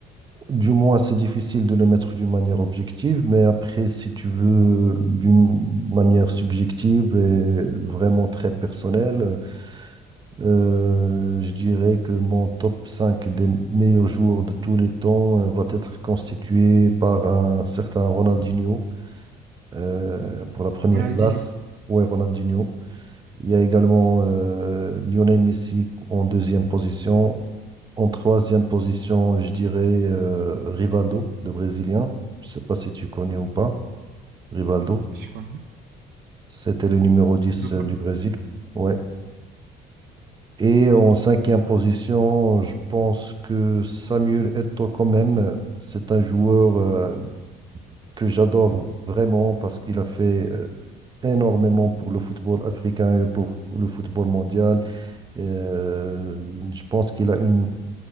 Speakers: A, on the right (about 25°); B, on the right (about 70°).
A: Du moins, c'est difficile de le mettre d'une manière objective, mais après, si tu veux, d'une manière subjective et vraiment très personnelle, euh, je dirais que mon top 5 des meilleurs joueurs de tous les temps euh, va être constitué par un certain Ronaldinho euh, pour la première
B: Ronaldinho,
A: place. Ouais, Ronaldinho. Il y a également euh, Lionel Messi en deuxième position, en troisième position, je dirais euh, Rivaldo, le Brésilien. Je ne sais pas si tu connais ou pas. Rivaldo,
B: je connais,
A: c'était le numéro dix
B: je connais.
A: euh, du Brésil. Ouais. Et en cinquième position, je pense que Samuel Eto'o quand même, euh, c'est un joueur euh, que j'adore vraiment parce qu'il a fait euh, énormément pour le football africain et pour le football mondial. Euh, je pense qu'il a une